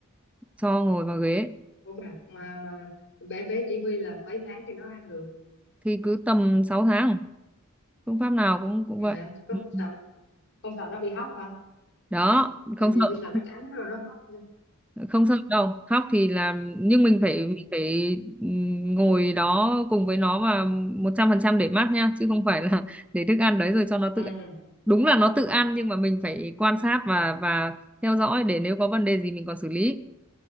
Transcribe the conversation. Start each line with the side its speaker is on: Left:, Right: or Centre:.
Centre: cho ngồi vào ghế
Left: Ủa bà mà mà bé bé chỉ huy là mấy tháng thì nó ăn được
Centre: thì cứ tầm sáu tháng phương pháp nào cũng cũng
Left: thì
Centre: vậy
Left: hả có
Centre: Ừ.
Left: không sợ
Centre: ừ.
Left: không sợ nó bị hóc hả
Centre: đó
Left: tại
Centre: không
Left: vì
Centre: sợ
Left: tôi sợ nó cắn rồi nó hóc ừ
Centre: không sợ đâu khóc thì là nhưng mình phải
Left: ừ
Centre: mình phải ừm, ngồi đó cùng với nó và một trăm phần trăm để mát nha chứ không phải là <laughs> để thức ăn đấy rồi cho nó
Left: ừ,
Centre: tự ăn. đúng là nó tự ăn nhưng mà mình phải quan sát và và theo dõi để nếu có vấn đề gì mình còn xử lý